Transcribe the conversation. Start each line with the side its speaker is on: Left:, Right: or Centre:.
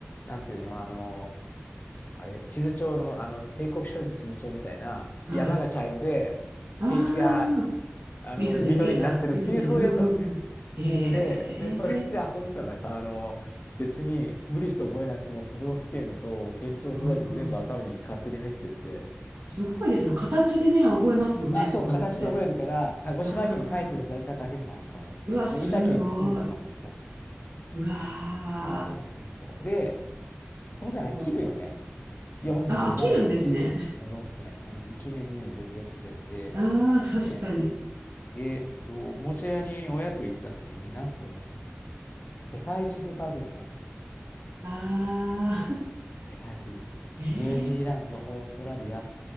Left: なんていうの、あの、あれ、地図帳の、あの、帝国書院の地図帳みたいな、
Right: はい。
Left: 山が茶色で、
Right: ああ、
Left: 平地が、あの、
Right: 緑、
Left: 緑になってるっていう、
Right: あ、緑で、
Left: そういうやつなのね。
Right: うんうんうん。へえ、
Left: で、で、それで遊んでたから、あの、別に無理して覚えなくても、都道府県と県庁所在地全部頭に勝手に入ってって、
Right: あーすごいですよ。形でね、覚えますもんね、
Left: あ、そう、
Right: 子供って。
Left: 形で覚えるから、鹿児島県書いてると大体書けるかなとかね、
Right: ああ、うわ、すごい。
Left: 大分県こうとかね、そうそう。
Right: うわー、
Left: そうそうそうそう。で、当然飽きるよね。
Right: すごい。
Left: 47都道府県、
Right: あ、飽きるんですね。
Left: 都道府県。うん、1年、2年ずっとやってて、
Right: ああ、確かに。
Left: で、ね、で、とおもちゃ屋に親と行った時に、なんとね、世界地図パズルが
Right: ああ、
Left: 世界地図。
Right: <laughs> えー
Left: ニュージーランド、オーストラリア、